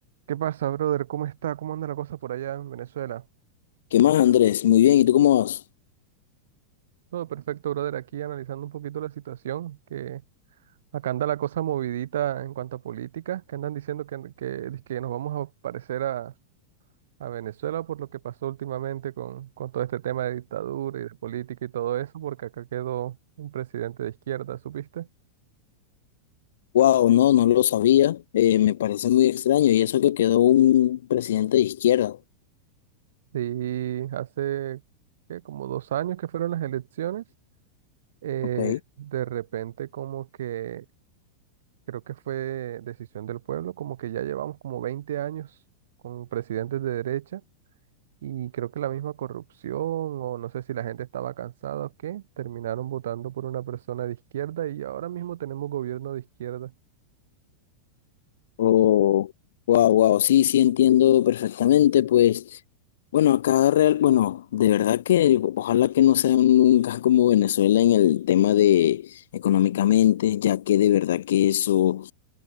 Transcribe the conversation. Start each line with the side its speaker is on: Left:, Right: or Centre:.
Right: ¿Qué pasa, brother? ¿Cómo está? ¿Cómo anda la cosa por allá en Venezuela?
Left: ¿Qué más, Andrés? Muy bien, ¿y tú cómo vas?
Right: Todo perfecto, brother. Aquí analizando un poquito la situación, que acá anda la cosa movidita en cuanto a política, que andan diciendo que, que, que nos vamos a parecer a, a Venezuela por lo que pasó últimamente con, con todo este tema de dictadura y de política y todo eso, porque acá quedó un presidente de izquierda, ¿supiste?
Left: Wow, no, no lo sabía. Eh, me parece muy extraño. Y eso que quedó un presidente de izquierda.
Right: Sí, hace ¿qué? como dos años que fueron las elecciones, eh,
Left: Ok.
Right: de repente como que Creo que fue decisión del pueblo, como que ya llevamos como 20 años con presidentes de derecha y creo que la misma corrupción o no sé si la gente estaba cansada o qué, terminaron votando por una persona de izquierda y ahora mismo tenemos gobierno de izquierda.
Left: Oh, wow, wow, sí, sí entiendo perfectamente. Pues, bueno, acá real, bueno, de verdad que ojalá que no sea nunca como Venezuela en el tema de económicamente, ya que de verdad que eso.